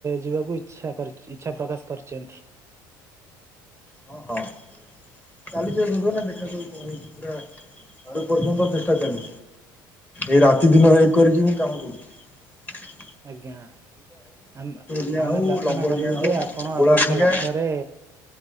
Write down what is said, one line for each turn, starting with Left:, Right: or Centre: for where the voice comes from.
Right: ଯିବାକୁ ଇଛା କରିଚି ଇଚ୍ଛା ପ୍ରକାଶ କରିଚନ୍ତି।
Left: ହଁ ହଁ। ଚାଲିଚି ଏ ଯୋଜନା ଦେଖାଯାଉ କଣ ହେଉଚି ପୁରା ପାରୁ ପର୍ଯ୍ୟନ୍ତ ଚେଷ୍ଟା ଚାଲି ଏଇ ରାତି ଦିନ ଏକ କରିକି ମୁଁ କାମ କରୁଚି।
Right: ଆଜ୍ଞା ଆମ
Left: ଡିଆଁ
Right: ଆମେ
Left: ହଉ
Right: ପ୍ରାର୍ଥନା
Left: ଲମ୍ବ
Right: କରିବୁ
Left: ଡିଆଁ ହଉ
Right: ଯେ ଆପଣ
Left: ଗୋଳା
Right: ଆପଣଙ୍କ
Left: ଫିଙ୍ଗା
Right: ଲକ୍ଷ୍ୟରେ